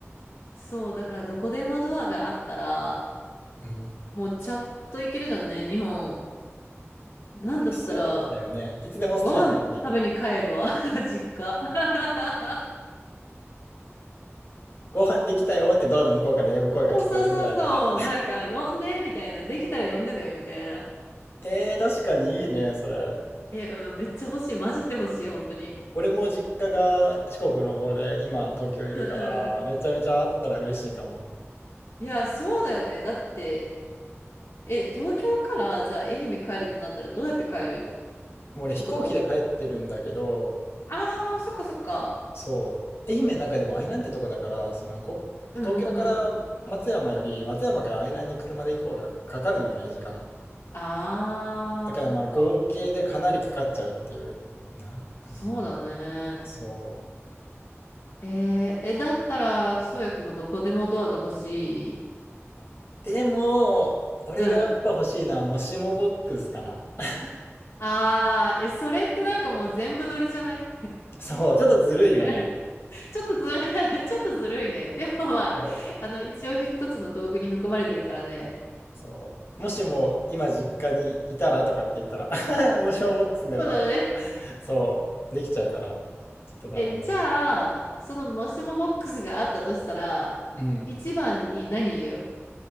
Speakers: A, on the left; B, on the left.
A: そう、だからどこでもドアがあったら、
B: ー。うん。
A: もうちゃっと行けるじゃんね、日本。なんだったら、
B: そうだよね。いつでも好きな時に。
A: ご飯食べに帰るわ、<laughs> 実家。<laughs>
B: ご飯できたよってドアの向こうから呼ぶ声が聞こえるぐらいのね。
A: そうそうそうそう、なんか呼んで、みたいな。できたら呼んでね、みたいな。
B: えー、確かにいいね、それ。
A: え、うん、めっちゃ欲しい。マジで欲しい、本当に。
B: 俺も実家が四国の方で、今東京いるから、
A: うんうんうん。
B: めちゃめちゃあったら嬉しいかも。
A: いや、そうだよね。だって、え、東京からじゃあ愛媛帰るってなったらどうやって帰る
B: もう俺飛行機で帰ってるんだけど、
A: ことが多いああー、そっかそっか。
B: そう。愛媛の中でも愛南ってとこだから、そのこ、
A: うんうんうん。
B: 東京から松山より、松山から愛南に車で行こうがかかるのよね、時間。
A: ああ、
B: だからまあ合計でかなりかかっちゃうっていう。
A: そっか。
B: な、
A: そうだね。
B: うん、そう。
A: えーえ、だったら、そうやくんもどこでもドアが欲しい。
B: でも、俺がやっぱ欲しいのは、
A: うん。
B: もしもボックスかな。<laughs>
A: ああ、え、それってなんかもう全部撮りじゃない
B: そう、ちょっとずるいよね。
A: <laughs> ちょっとずる、<laughs> ちょっとずるいね。でもまあ、
B: そ
A: あの、一応一つの道具に含まれてるからね。
B: う、そう。もしも今実家にいたらとかって言ったら <laughs> もしもボックスでも、
A: そうだね。
B: そう、できちゃうから、ちょっとダメだ。
A: え、じゃあ、そのもしもボックスがあったとしたら、
B: うん。
A: 一番に何言う